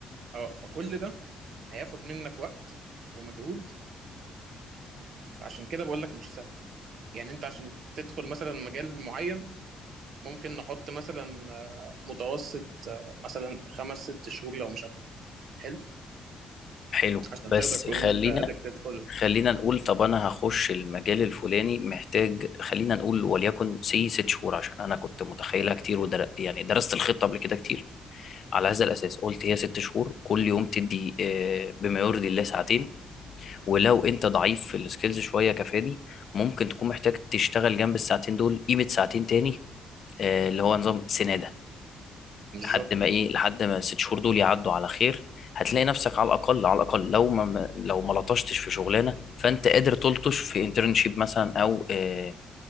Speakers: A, on the right; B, on the left.
A: اه فكل ده هياخد منك وقت ومجهود فعشان كده بقول لك مش سهل يعني انت عشان تدخل مثلا مجال معين ممكن نحط مثلا آه، متوسط آه، مثلا خمس ست شهور لو مش اكتر حلو
B: حلو
A: عشان
B: بس
A: تقدر تقول
B: خلينا
A: ان انت قادر تدخل
B: خلينا نقول طب انا هخش المجال الفلاني محتاج خلينا نقول وليكن سي ست شهور عشان انا كنت متخيلها كتير ودر... يعني درست الخطه قبل كده كتير على هذا الاساس قلت هي ست شهور كل يوم تدي آه، بما يرضي الله ساعتين ولو انت ضعيف في السكيلز شويه كفادي ممكن تكون محتاج تشتغل جنب الساعتين دول قيمه ساعتين تاني آه، اللي هو نظام سناده
A: بالظبط
B: لحد ما ايه لحد ما الست شهور دول يعدوا على خير هتلاقي نفسك على الاقل على الاقل لو ما لو ما لطشتش في شغلانه فانت قادر تلطش في انترنشيب مثلا او آه،